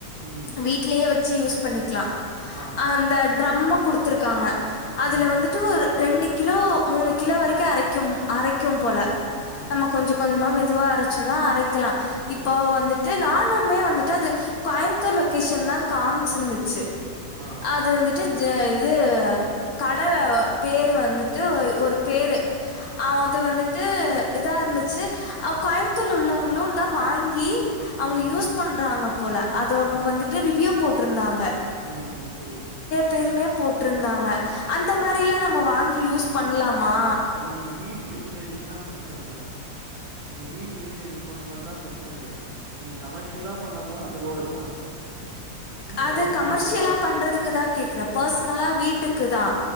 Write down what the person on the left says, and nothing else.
வீட்லயே வச்சி யூஸ் பண்ணி க்லா
அந்த ட்ரம்மு குடுத்துருக்காங்க அதுல
வந்துட்டு ஒரு ரெண்டு கிலோ மூணு கிலோ வரைக்கு அரைக்கும் அரைக்கும் போல
நம்ம கொஞ்ச கொஞ்சமா மெ துவா அரைச்சுன்னா அரைக்லா இப்போ
வந்துட்டு நானுமே வந்துட்டு அது கோய்ம்த்தூர் லொக்கேஷன்தா காம்ச்ந்துச்சு
அது வந்துட்டு ஜ இது கட பேரு வந்துட்டு ஒ ஒரு பேரு அது
வந்து ட்டு இதா இருந்துச்சு அ கோய்ம்த்தூர்ல உள்ளவங்களு தா வாங்கி அவுங்க
யூஸ் பண்றாங்க போல அதோக்கு
வந்துட்டு ரிவ்யூ போட்ருந்தாங்க
பேருமே போட்ருந்தாங்க அந்த
மாரிலா நம்ம வாங்கி யூஸ் பண்லாமா
அது
கமர்ஷியலா
பண்றதுக்குதா கேக்றே பர்ஸ்னலா வீட்டுக்குதா